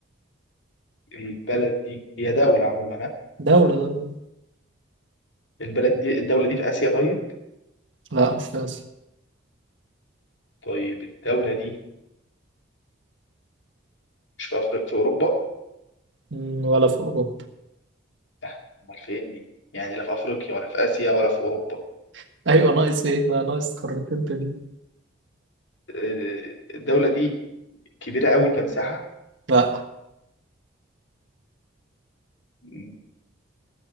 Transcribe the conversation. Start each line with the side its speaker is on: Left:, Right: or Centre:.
Left: البلد دي هي دولة عموما ها
Right: دولة دولة
Left: البلد دي الدولة دي في آسيا طيب
Right: لا مش في آسيا
Left: طيب الدولة دي مش في أفريقيا في أوروبا
Right: م، ولا في أوروبا
Left: آه، أمال فين دي يعني لا في أفريقيا ولا في آسيا ولا في أوروبا
Right: <laughs> أيوة ناقص إيه بقى ناقص قارتين تانيين
Left: آه، الدولة دي كبيرة قوي كمساحة
Right: لا
Left: مم،